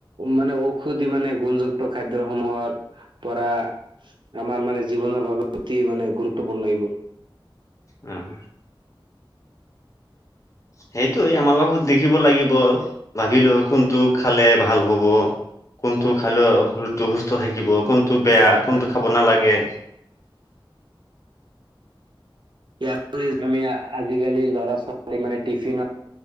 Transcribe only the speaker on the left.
উম সেইটোৱে আমালোকক দেখিব লাগিব ভাবিলো কোনটো খালে ভাল হ'ব কোনটো
খালে শৰীৰতো সুস্থ থাকিব, কোনটো টো বেয়া
কোনটো খাব নালাগে